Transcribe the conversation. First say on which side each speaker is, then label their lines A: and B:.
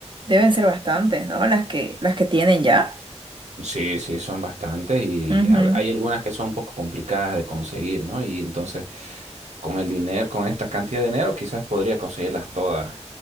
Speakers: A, on the right; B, on the right.
A: deben ser bastantes, ¿no? Las que, las que tienen ya.
B: Sí, sí, son bastantes y
A: Ujú.
B: ha- hay algunas que son un poco complicadas de conseguir, ¿no? Y entonces, con el dinero, con esta cantidad de dinero, quizás podría conseguirlas todas.